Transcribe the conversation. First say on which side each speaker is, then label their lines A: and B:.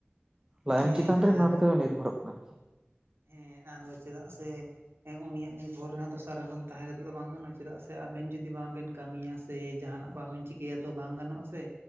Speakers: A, on the right (about 20°); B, on the right (about 75°).
A: ᱞᱟᱭᱚᱝ
B: ᱦᱮᱸ
A: ᱪᱮᱛᱟᱱ
B: ᱟᱨ
A: ᱨᱮ ᱱᱚᱣᱟ ᱠᱚ ᱱᱤᱨᱵᱷᱚᱨᱚᱜ ᱠᱟᱱᱟ ᱟᱨᱠᱤ᱾
B: ᱦᱮᱸ, ᱟᱨ ᱪᱮᱫᱟᱜ ᱥᱮ ᱮᱸ ᱩᱱᱤᱭᱟᱜ ᱱᱤᱨᱵᱷᱚᱨ ᱨᱮᱦ ᱛᱚ ᱥᱟᱨᱟᱠᱷᱚᱱ ᱛᱟᱦᱮᱸ ᱠᱟᱛᱮᱫ ᱫᱚ ᱵᱟᱝ ᱜᱟᱱᱚᱜᱼᱟ, ᱪᱮᱫᱟᱜ ᱥᱮ ᱟᱵᱮᱱ ᱡᱩᱫᱤ ᱵᱟᱝᱵᱮᱱ ᱠᱟᱹᱢᱤᱭᱟ ᱥᱮ ᱥᱮ ᱡᱟᱦᱟᱱᱟᱜ ᱵᱟᱢ ᱵᱮᱱ ᱪᱤᱠᱟᱹᱭᱟ ᱛᱚ ᱵᱟᱝ ᱜᱟᱱᱚᱜᱼᱟ ᱥᱮ,